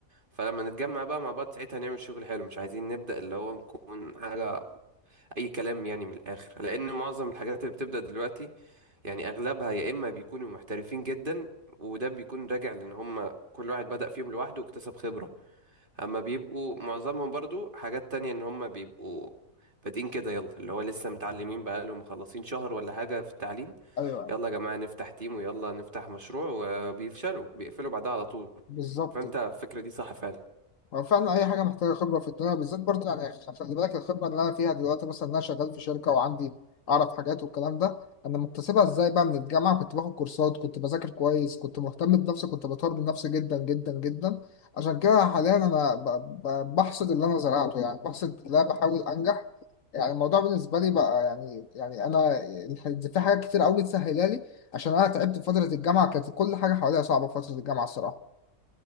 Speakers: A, on the right (about 35°); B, on the left (about 65°).
A: فلما نتجمع بقى مع بعض ساعتها نعمل شغل حلو مش عايزين نبدأ اللي هو نكون حاجة أي كلام يعني من الآخر لأن معظم الحاجات اللي بتبدأ دلوقتي يعني أغلبها يا إما بيكونوا محترفين جدا وده بيكون راجع لأن هم كل واحد بدأ فيهم لوحده واكتسب خبرة اما بيبقوا معظمهم برضو حاجات تانية ان هم بيبقوا بادئين كده يلا اللي هو لسه متعلمين بقالهم مخلصين شهر ولا حاجة في التعليم
B: ايوه
A: يلا يا جماعة نفتح تيم ويلا نفتح مشروع وبيفشلوا بيقفلوا بعدها على طول
B: بالظبط
A: فانت الفكرة دي صح فعلا
B: هو فعلا أي حاجة محتاجة خبرة في الدنيا بالذات برضه يعني خلي بالك الخبرة اللي أنا فيها دلوقتي مثلا إن أنا شغال في شركة وعندي أعرف حاجات والكلام ده أنا مكتسبها إزاي بقى من الجامعة كنت باخد كورسات كنت بذاكر كويس كنت مهتم بنفسي كنت بطور من نفسي جدا جدا جدا عشان كده حاليا أنا ب- ب- بحصد اللي أنا زرعته يعني بحصد اللي أنا بحاول أنجح يعني الموضوع بالنسبة لي بقى يعني يعني أنا الح- في حاجات كتير أوي تسهلها لي عشان أنا تعبت في فترة الجامعة كانت كل حاجة حواليا صعبة في فترة الجامعة الصراحة